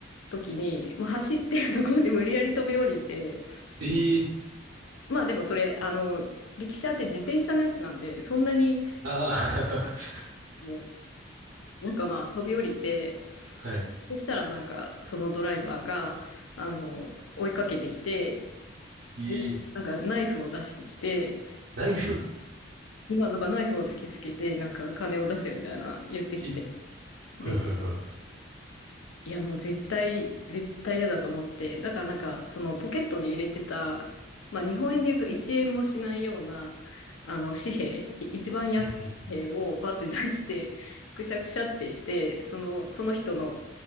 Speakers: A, on the left; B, on the right.
A: 時に、もう走ってるところで無理やり飛び降りて、
B: ええ、
A: まあでもそれ、あの、力車って自転車のやつなんで、そんなに、
B: あ
A: もうなんかまあ飛び降りて、
B: あ、<laughs> はい。
A: そしたらなんかそのドライバーが、あの、追いかけてきて、
B: ええ、
A: で、なんかナイフを出してきて、
B: ナイフ
A: まあなんかナイフを突きつけて、なんか金を出せみたいな言ってきて、
B: え、はいはいはい。
A: で、いや、もう絶対、絶対嫌だと思って。だからなんか、そのポケットに入れてた、まあ日本円で言うと1円もしないような、あの紙幣、い一番安い紙幣をパって出して、
B: うんうん
A: くしゃくしゃってして、その、その人の